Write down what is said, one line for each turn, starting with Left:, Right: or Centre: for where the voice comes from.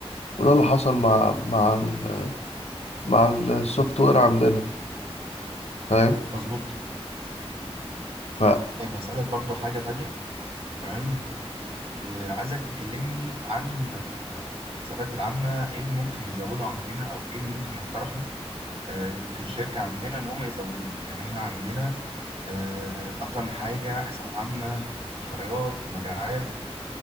Left: وده اللي حصل مع مع ال مع السوفت وير عندنا فاهم
Right: مظبوط
Left: فبص
Right: طيب هسألك برضو حاجة تانية تمام آه، عايزك تكلمني عن آه، الحسابات العامة ايه اللي ممكن نزوده عندنا او ايه اللي ممكن نقترحه آه، في الشركة عندنا ان هم يزودوه يعني احنا عندنا آه، اكتر من حاجة حسابات عامة مشتريات مبيعات